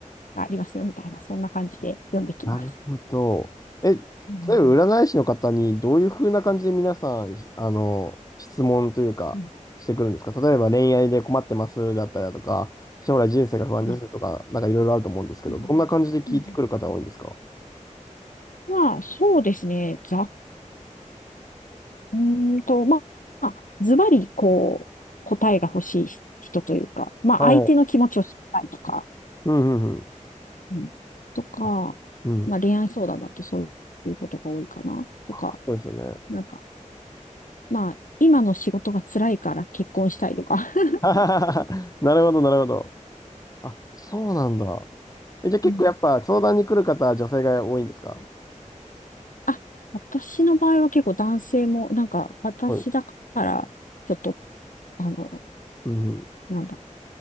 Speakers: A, on the left; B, on the left.
A: ありますよ、みたいな、そんな感じで読んできます。
B: なるほど。え、例
A: うん
B: えば占い師の方にどういう風な感じで皆さん、あの、質問というか、
A: うん
B: してくるんですか例えば恋愛で困ってますだったりだとか、将来人生が不安ですとか、
A: はい
B: なんかいろいろあると思うんですけど、
A: うん
B: どんな感じで聞いてくる方が多いんですか
A: うんまあ、そうですね。ざっうーんと、まあ、まあズバリ、こう、答えが欲しい人というか、まあ、
B: はい。
A: 相手の気持ちを知りたいとか、
B: うんうんうん。
A: うん、とか、
B: あ、うん。
A: まあ、恋愛相談だとそういうことが多いかな、とか、
B: あ、そうですよね。
A: なんか、まあ、今の仕事が辛いから結婚したいとか。<laughs>
B: <laughs> なるほど、なるほど。あ、そうなんだ。え、じゃあ結構やっぱ相談に来る方は女性が多いんですか
A: うんあ、私の場合は結構男性も、なんか、私だから、
B: はい。
A: ちょっと、あの、
B: うん。
A: なんだ、